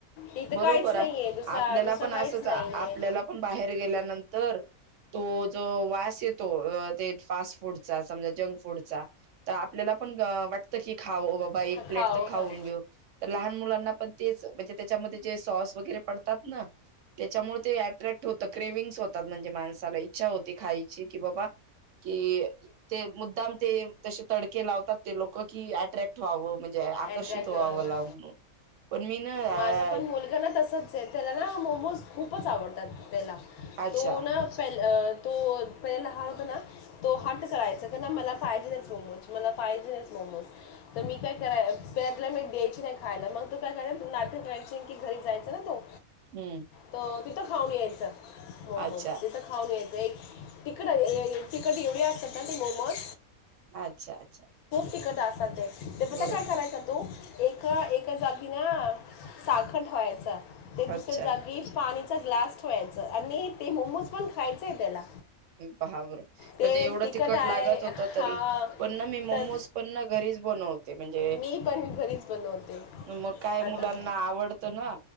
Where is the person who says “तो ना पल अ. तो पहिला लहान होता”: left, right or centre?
Left